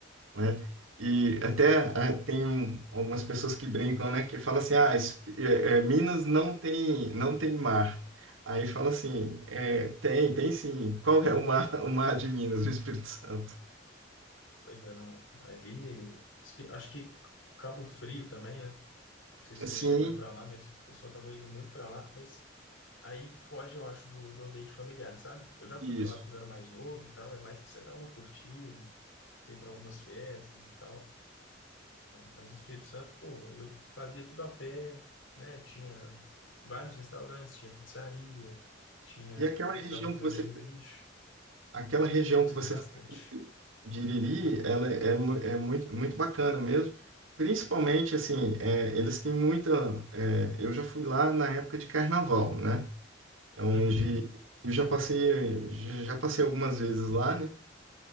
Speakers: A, on the right; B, on the left.
A: né? E até ah, tem um- algumas pessoas que brincam, né, que falam assim, ah, es- é, é, Minas não tem, não tem mar. Aí fala assim, é, tem, tem sim. Qual é o mar, <laughs> o mar de Minas, o Espírito Santo?
B: Pois é, não. Ali, espi- acho que Cabo Frio também, né? Não sei se você
A: Sim,
B: já chegou aí para lá, mas o pessoal tava indo muito para lá. Mas Aí foge, eu acho, do, do ambiente familiar, sabe? Eu já fui
A: isso.
B: para lá quando eu era mais novo e tal, é mais para você dar uma curtida, você ir para algumas festas e tal. Mas Espírito Santo, pô, eu fazia tudo a pé, né? Tinha vários restaurantes, tinha pizzaria, tinha
A: E aquela
B: lugar
A: região
B: para comer
A: que você,
B: um sanduíche.
A: aquela região
B: Gostei
A: que você
B: bastante.
A: fica ali de, de Iriri, ela é, é, mu- é muito, muito bacana mesmo. Principalmente, assim, é, eles têm muita. é, eu já fui lá na época de carnaval, né? É Onde
B: Uhum.
A: eu já passei, já passei algumas vezes lá, né?